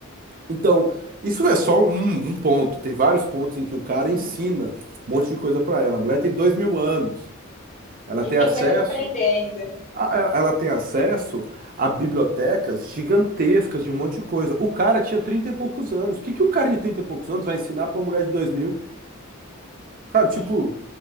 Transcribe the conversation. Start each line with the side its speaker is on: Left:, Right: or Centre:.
Right: Então, isso é só um, um ponto. Tem vários pontos em que o cara
Left: Uhum.
Right: ensina um monte de coisa pra ela. A mulher tem dois mil anos. Ela tem
Left: E tem
Right: acesso.
Left: coisa pra aprender ainda.
Right: a- a- ela tem acesso a bibliotecas gigantescas de um monte de coisa. O cara tinha 30 e poucos anos. O que que um cara de 30 e poucos anos vai ensinar pra uma mulher de dois mil? Cara, tipo,
Left: É.